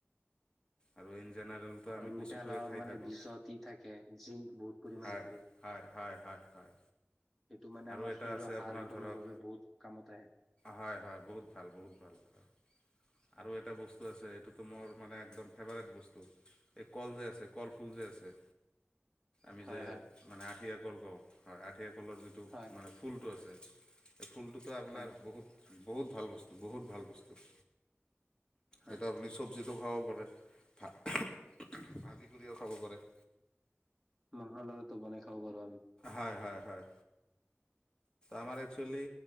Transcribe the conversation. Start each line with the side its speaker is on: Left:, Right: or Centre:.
Left: আৰু <unintelligible>
Centre: আৰু
Left: কচুটোৱে
Centre: মিঠালাওৰ
Left: খাই
Centre: মানে
Left: থাকোঁ
Centre: বীজত ই থাকে জিংক বহুত পৰিমাণে
Left: হয়
Centre: থাকে।
Left: হয়, হয়, হয়, হয়।
Centre: সেইটো মানে
Left: আৰু
Centre: আমাৰ
Left: এটা
Centre: শৰীৰৰ
Left: আছে
Centre: হাড়
Left: আপোনাৰ
Centre: গঠনৰ
Left: ধৰক
Centre: বাবে বহুত কামত আহে।
Left: হয়, হয়, বহুত ভাল বহুত ভাল। হয়। আৰু এটা বস্তু আছে এইটোতো মোৰ মানে একদম ফেভাৰেট বস্তু, এই কলজেছ কলফুল যে আছে আমি
Centre: হয়
Left: যে
Centre: হয়
Left: মানে আঠিয়া কল কওঁ হয়, আঠিয়া কলৰ যিটো
Centre: হয়
Left: মানে ফুলটো আছে। এই ফুলটোতো আপোনাৰ
Centre: হয়
Left: বহুত, বহুত ভাল বস্তু, বহুত ভাল বস্তু।
Centre: হয়
Left: এইটো আপুনি চব চবজিটো খাব পাৰে ভা-ভাজি কৰিও খাব পাৰে।
Centre: মহালয়াটো বনাই খাব পাৰোঁ আমি।
Left: হয়, হয়, হয়। আমাৰ একচুৱেলি